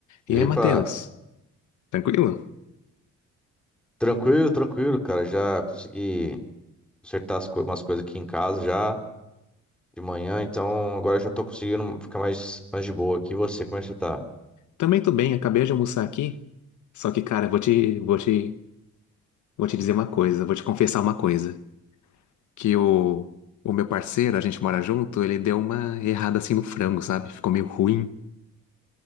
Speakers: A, in the centre; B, on the left (about 75°).
A: Epa,
B: E aí, Matheus? Tranquilo?
A: tranquilo, tranquilo, cara. Já consegui consertar as co- umas coisas aqui em casa já de manhã, então agora já tô conseguindo ficar mais, mais de boa aqui. E você, como é que você tá? O
B: Também tô bem, acabei de almoçar aqui. Só que, cara, vou te, vou te, vou te dizer uma coisa, vou te confessar uma coisa. Que o, o meu parceiro, a gente mora junto, ele deu uma errada assim no frango, sabe? Ficou meio ruim,